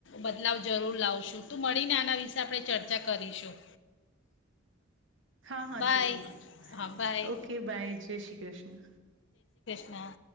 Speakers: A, on the left (about 60°); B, on the right (about 65°).
A: બદલાવ જરૂર લાવશું તું મળીને આના વિશે આપણે ચર્ચા કરીશું
B: હા હા
A: બાય
B: જરૂર
A: હા બાય
B: ઓકે બાય જય શ્રી કૃષ્ણ
A: ના